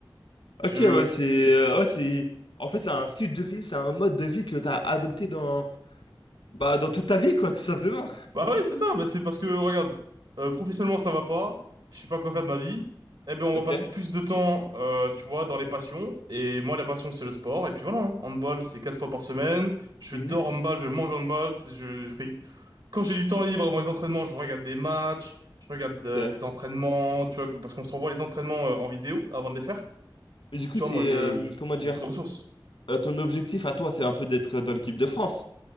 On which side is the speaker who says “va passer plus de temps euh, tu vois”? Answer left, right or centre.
Right